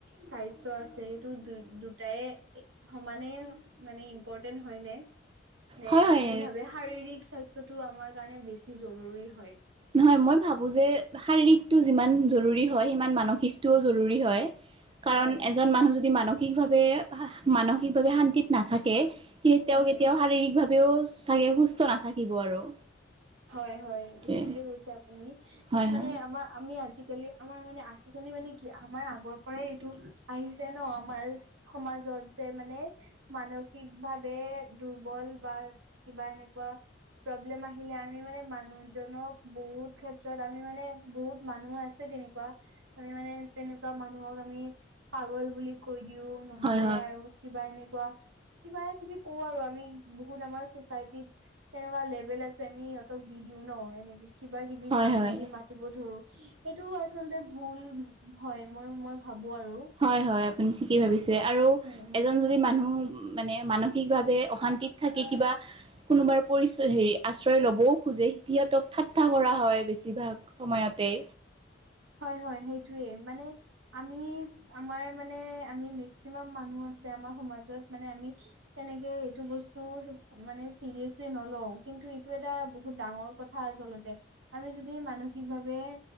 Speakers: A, on the right; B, on the right.
A: চাইস্থ আছে এইটো দু দুটাই সমানে মানে ইম্পৰ্টেণ্ট হয় নে? নে
B: হয়
A: আপুনি
B: হয়
A: ভাবে শাৰীৰিক স্বাস্থ্যটো আমাৰ কাৰণে বেছি জৰুৰী হয়?
B: নহয় মই ভাবো যে শাৰীৰিকটো যিমান জৰুৰী হয় সিমান মানসিকটোও জৰুৰী হয়। কাৰণ
A: হয়
B: এজন মানুহ যদি মানসিকভাৱে, মানসিকভাৱে শান্তিত নাথাকে সি তেওঁ
A: হয়
B: কেতিয়াও শাৰীৰিক ভাৱেও চাগে সুস্থ নাথাকিব আৰু
A: হয়, হয়। এইটো
B: সেইটোৱে
A: ঠিকেই কৈছে আপুনি
B: হয় হয়
A: মানে আমাৰ আমি আজিকালি আমাৰ মানে, আজিকালি মানে কি আমাৰ আগৰ পৰাই এইটো আহিছে ন? আমাৰ সমাজত যে মানে মানসিক ভাৱে দুৰ্বল বা, কিবা এনেকুৱা, প্ৰব্লেম্ আহে আহিলে আমি মানে মানুহজনক, বহুত ক্ষেত্ৰত আমি মানে বহুত মানুহ আছে তেনেকুৱা আমি মানে তেনেকুৱা মানুহক আমি পাগল বুলি কৈ দিও নহ'লে
B: হয়
A: আৰু কিবা এনেকুৱা কিবা- কিবি, কওঁ আৰু আমি বহুত আমাৰ চচাইটিত, কেনেকুৱা লেভেল আছে চেনি সিহঁতক দি দিওঁ ন? এনেকে কিবা-কিবি
B: হয়
A: নামেদি
B: হয় হয়
A: মা মাতিব ধৰোঁ, সেইটো আচলতে ভুল হয়, মই মই ভাবোঁ আৰু।
B: হয় হয় আপুনি ঠিকেই ভাবিছে, আৰু
A: উম উম
B: এজন যদি মানুহ মানে মানসিকভাৱে অশান্তিত থাকি কিবা কোনোবাৰ পৰিচয় হেৰি আশ্ৰয় ল'বও খোজে, সিহঁতক ঠাট্টা কৰা হয় বেছিভাগ সময়তে
A: হয় হয় সেইটোৱে, মানে আমি আমাৰ মানে আমি মেক্সিমাম মানুহ আছে আমাৰ সমাজত, মানে আমি তেনেকে এইটো বস্তু মানে চিৰিয়াচলি নলওঁ, কিন্তু এইটো এটা বহুত ডাঙৰ কথা আচলতে, আমি যদি মানসিকভাৱে